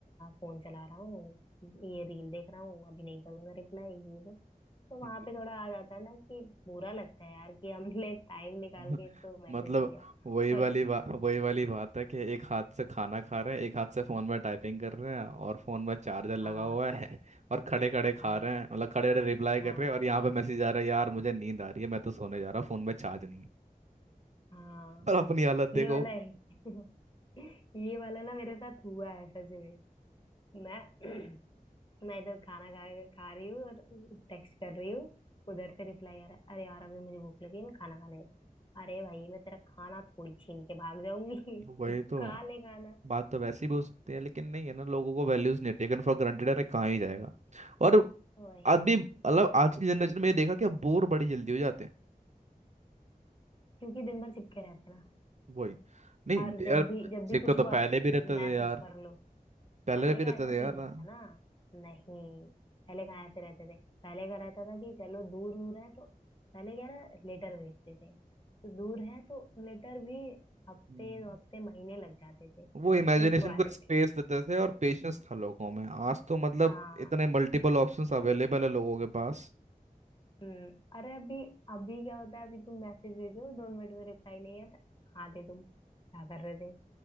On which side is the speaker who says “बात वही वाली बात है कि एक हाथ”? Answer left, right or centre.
Right